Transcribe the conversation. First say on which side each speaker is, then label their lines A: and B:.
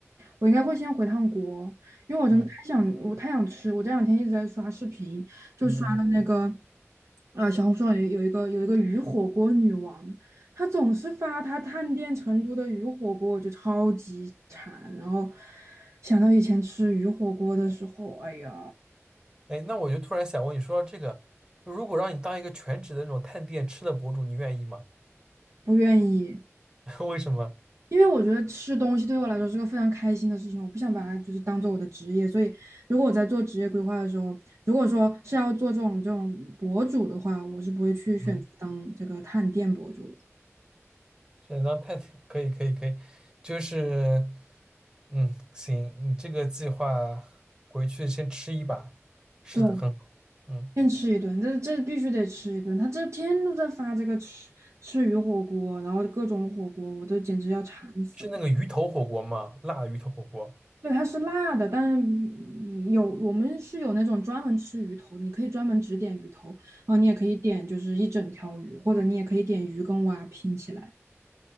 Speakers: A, on the right (about 70°); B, on the right (about 20°).
A: 我应该会先回趟国，
B: 嗯。
A: 想我太想吃，我这两天一直在刷视频，就刷到那个，
B: 嗯。
A: 啊，小红书上有有一个有一个鱼火锅女王，她总是发她探店成都的鱼火锅，我就超级馋。然后想到以前吃鱼火锅的时候，哎呀，
B: 哎，那我就突然想问你说这个，就如果让你当一个全职的那种探店吃的博主，你愿意吗？
A: 不愿意，
B: <laughs> 为什么？
A: 因为我觉得吃东西对我来说是个非常开心的事情，我不想把它就是当做我的职业。所以如果我在做职业规划的时候，如果说是要做这种这种博主的话，我是不会去选择当这个探店博主的。
B: 嗯，想当探店，可以，可以，可以，就是嗯，行，你这个计划回去先吃一把，是的，
A: 对，
B: 很好。嗯，
A: 先吃一顿，这这必须得吃一顿。他这天天都在发这个吃吃鱼火锅，然后各种火锅，我都简直要馋死了。
B: 是那个鱼头火锅吗？辣的鱼头火锅，
A: 对，它是辣的，但是有我们是有那种专门吃鱼头的，你可以专门只点鱼头，然后你也可以点就是一整条鱼，或者你也可以点鱼跟蛙拼起来，